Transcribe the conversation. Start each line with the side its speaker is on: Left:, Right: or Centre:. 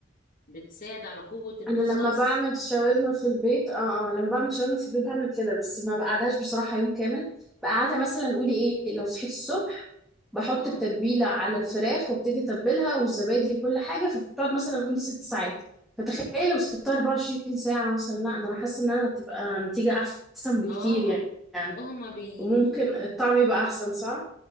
Left: بتساعد على قوه امتصاص
Centre: انا لما بعمل شاورما
Left: ال-
Centre: في البيت اه اه لما بعمل شاورما في البيت بعمل كده بس ما بقعدهاش بصراحة يوم كامل بقعدها مثلا قولي ايه لو صحيت الصبح بحط
Left: اه
Centre: التتبيلة على الفراخ وابتدي اتبلها والزبادي وكل حاجة فبتقعد مثلا قولي ست ساعات فتخيلي لو سبتها 24 ساعة مثلا لا ده انا حاسة ان انا هتبقى نتيجة احسن بكتير
Left: اه
Centre: يعني
Left: اه هما بي...
Centre: وممكن
Left: بي...
Centre: الطعم يبقى احسن صح؟